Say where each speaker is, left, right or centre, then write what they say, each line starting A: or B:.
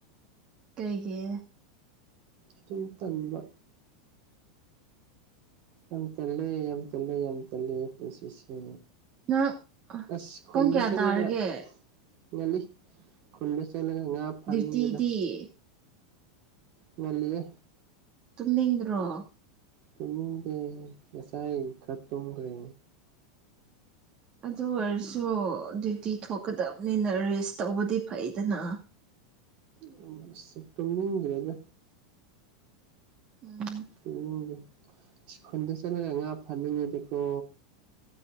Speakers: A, on the right; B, on the right.
A: ꯀꯩꯒꯤ
B: ꯑꯗꯨꯨꯝ ꯇꯟꯕ ꯌꯥꯝ ꯇꯜꯂꯦ ꯌꯥꯝ ꯇꯜꯂꯦ ꯌꯥꯝ ꯇꯜꯂꯦ ꯄꯨꯟꯁꯤꯁꯦ
A: ꯅꯪ
B: ꯑꯁ ꯈꯨꯟꯗ
A: ꯄꯨꯡ ꯀꯌꯥ
B: ꯆꯠꯂꯒ
A: ꯇꯥꯔꯒꯦ
B: <unintelligible> ꯈꯨꯟꯗ ꯆꯠꯂꯒ ꯉꯥ ꯐꯥꯅꯤꯡꯉꯤꯗ
A: ꯗ꯭ꯌꯨꯇꯤꯗꯤ
B: ꯉꯟꯂꯤꯌꯦ
A: ꯇꯨꯝꯅꯤꯡꯗ꯭ꯔꯣ
B: ꯇꯨꯝꯅꯤꯡꯗꯦ ꯉꯁꯥꯏ ꯈꯔ ꯇꯨꯝꯒ꯭ꯔꯦ
A: ꯑꯗꯨ ꯑꯣꯏꯔꯁꯨ ꯗ꯭ꯌꯨ ꯇꯤ ꯊꯣꯛꯀꯗꯕꯅꯤꯅ ꯔꯦꯁ ꯇꯧꯕꯗꯤ ꯐꯩꯗꯅ
B: ꯇꯨꯝꯁꯨ ꯇꯨꯝꯅꯤꯡꯗ꯭ꯔꯤꯗ
A: ꯎꯝ
B: ꯇꯨꯝꯅꯤꯡꯗꯦ ꯁ ꯈꯨꯨꯟꯗ ꯆꯠꯂꯒ ꯉꯥ ꯐꯥꯅꯤꯡꯉꯦꯗꯀꯣ